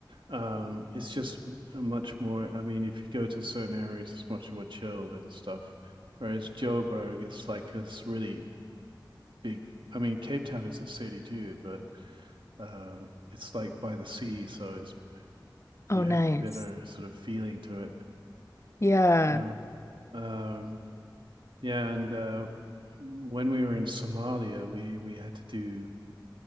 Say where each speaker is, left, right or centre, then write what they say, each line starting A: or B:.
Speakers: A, on the right (about 85°); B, on the left (about 35°).
A: Um, it's just much more. I mean, if you go to certain areas, it's much more chilled and stuff. Whereas Joburg is like this really big. I mean, Cape Town is a city too, but uh, it's like by the sea, so it's
B: Oh,
A: you
B: nice.
A: have a better sort of feeling to it.
B: Yeah.
A: You know? um, yeah, and uh, when we were in Somalia, we we had to do